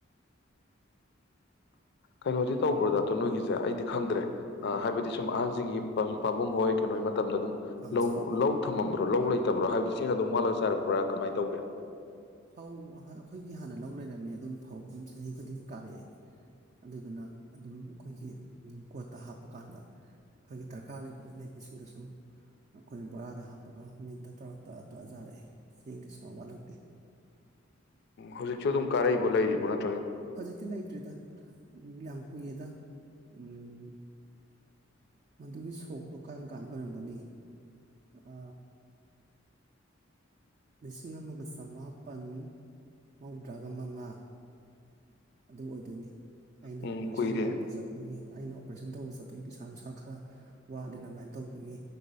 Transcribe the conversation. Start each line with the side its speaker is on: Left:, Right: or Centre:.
Left: ꯀꯩꯅꯣꯗꯤ ꯇꯧꯕ꯭ꯔꯣꯗꯣ ꯅꯣꯏꯒꯤꯁꯦ ꯑꯩꯗꯤ ꯈꯪꯗ꯭ꯔꯦ ꯍꯥꯏꯕꯗꯤ ꯁꯨꯝ ꯑꯍꯟꯁꯤꯡꯒꯤ ꯄꯥꯕꯨꯡ ꯍꯣꯏ ꯀꯩꯅꯣꯣꯏ ꯃꯇꯝꯗ ꯑꯗꯨꯝ
Right: ꯄꯥꯝꯖꯩ
Left: ꯂꯧ ꯂꯧ ꯊꯝꯃꯝꯕ ꯂꯧ ꯂꯩꯇꯕ꯭ꯔꯣ ꯍꯥꯏꯕꯗꯤꯕꯁꯤ ꯆꯁꯤꯡ ꯑꯗꯨꯝ ꯋꯥꯠꯂꯒ ꯁꯥꯔꯛꯄ꯭ꯔꯥ ꯀꯃꯥꯏ ꯇꯧꯒꯦ
Right: ꯐꯧ ꯑꯩꯈꯣꯏꯒꯤ ꯍꯥꯟꯅ ꯂꯧ ꯂꯩꯔꯝꯃꯦ ꯑꯗꯨꯅ ꯐꯧ ꯑꯗꯨꯝ ꯆꯍꯤ ꯈꯨꯗꯤꯡꯒꯤ ꯀꯥꯔꯛꯑꯦ ꯑꯗꯨꯗꯨꯅ ꯑꯗꯨꯝ ꯑꯩꯈꯣꯏꯒꯤ ꯀꯣꯠꯇ ꯍꯥꯞꯄ ꯀꯥꯟꯗ ꯑꯩꯈꯣꯏꯒꯤ ꯗꯔꯀꯥꯔ ꯂꯩꯕꯗ ꯂꯩꯕꯁꯤꯡꯗ ꯁꯨꯝ ꯑꯩꯈꯣꯏꯅ ꯕꯣꯔꯥꯗ ꯍꯥꯞꯄꯒ ꯃꯤꯟꯗ ꯇꯧꯔ ꯇꯛꯑ ꯇꯛꯑꯖꯥꯔꯛꯑꯦ ꯆꯦꯡꯗꯤ ꯁꯨꯃꯥꯡ ꯋꯥꯠꯂꯛꯇꯦ
Left: ꯍꯧꯖꯤꯛꯁꯨ ꯑꯗꯨꯝ ꯀꯥꯔꯛꯏꯕꯣ ꯂꯩꯔꯤꯕꯔꯤꯕ꯭ꯔꯣ ꯅ
Right: ꯍꯧꯖꯤꯛꯇꯤ ꯂꯩꯇ꯭ꯔꯤꯗ ꯌꯥꯝ ꯀꯨꯏꯌꯦꯗ ꯎꯝ ꯃꯗꯨꯒꯤ ꯁꯣꯛꯇꯣ ꯀꯔꯝ ꯀꯥꯟꯅ ꯑꯣꯏꯔꯝꯒꯅꯤ ꯑ ꯂꯤꯁꯤꯡ ꯑꯃꯒ ꯆꯃꯥꯄꯜ ꯃꯧꯗ꯭ꯔꯥꯒ ꯃꯉꯥ ꯑꯗꯨ ꯑꯣꯏꯗꯣꯏꯅꯤ ꯑꯩꯅ
Left: ꯎꯝ
Right: ꯑꯣꯄꯔꯦꯁꯟ
Left: ꯀꯨꯏꯔꯦ
Right: ꯇꯧꯕ ꯆꯠꯄꯒꯤ ꯑꯩꯅ ꯑꯣꯄꯔꯦꯁꯟ ꯇꯧꯕ ꯆꯠꯄꯒꯤ ꯄꯩꯥ ꯄꯩꯁꯥ ꯅꯨꯡꯁꯥ ꯈꯔ ꯋꯥꯠꯂꯦꯅ ꯑꯗꯨꯃꯥꯏꯅ ꯇꯧꯕꯒꯤ